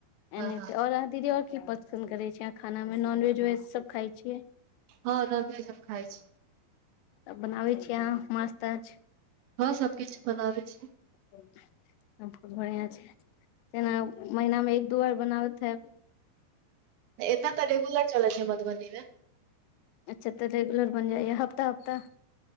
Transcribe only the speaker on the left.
एनाहिते
आओर अहाँ दीदी आओर की पसन्द करै छी अहाँ खानामे नॉनवेज वेज सभ खाइ छियै।
तब बनाबै छीयै अहाँ माछ ताछ
बहुत बढ़िआँ छै। जेना महिनामे एक दू बार बनाबैत हेब -
अच्छा तऽ रेगुलर बन जाइया हफ्ता हफ्ता